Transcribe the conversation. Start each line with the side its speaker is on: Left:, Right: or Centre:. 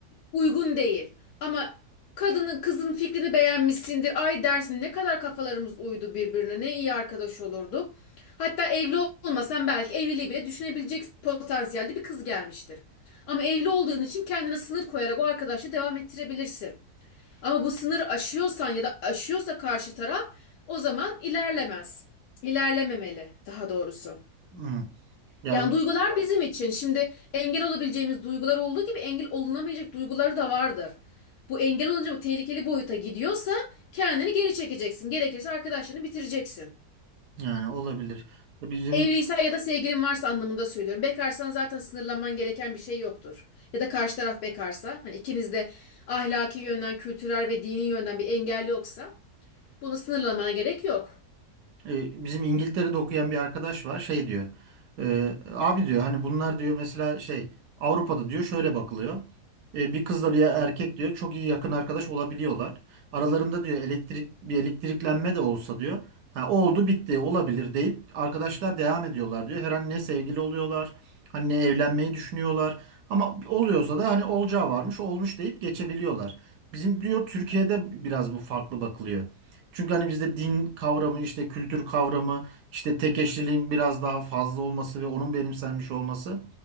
Left: uygun değil. Ama kadının kızın fikrini beğenmişsindir. Ay dersin ne kadar kafalarımız uydu birbirine. Ne iyi arkadaş olurduk. Hatta evli olmasan belki evliliği bile düşünebilecek potansiyelde bir kız gelmiştir. Ama evli olduğun için kendine sınır koyarak o arkadaşla devam ettirebilirsin. Ama bu sınır aşıyorsan ya da aşıyorsa karşı taraf o zaman ilerlemez. İlerlememeli daha doğrusu.
Right: Hmm. Ya
Left: Yani duygular bizim için. Şimdi engel olabileceğimiz duygular olduğu gibi engel olunamayacak duyguları da vardır. Bu engel olunca bu tehlikeli boyuta gidiyorsa kendini geri çekeceksin. Gerekirse arkadaşlarını bitireceksin.
Right: yani olabilir. Bizim
Left: Evliysen ya da sevgilin varsa anlamında söylüyorum. Bekarsan zaten sınırlanman gereken bir şey yoktur. Ya da karşı taraf bekarsa, hani ikiniz de ahlaki yönden, kültürel ve dini yönden bir engel yoksa bunu sınırlamana gerek yok.
Right: E, bizim İngiltere'de okuyan bir arkadaş var şey diyor e, abi diyor hani bunlar diyor mesela şey Avrupa'da diyor şöyle bakılıyor E, bir kızla bir erkek diyor çok iyi yakın arkadaş olabiliyorlar aralarında diyor elektrik bir elektriklenme de olsa diyor ha, oldu bitti olabilir deyip arkadaşlar devam ediyorlar diyor her an ne sevgili oluyorlar hani ne evlenmeyi düşünüyorlar ama oluyorsa da hani olacağı varmış olmuş deyip geçebiliyorlar bizim diyor Türkiye'de biraz bu farklı bakılıyor. Çünkü hani bizde din kavramı, işte kültür kavramı, işte tek eşliliğin biraz daha fazla olması ve onun benimsenmiş olması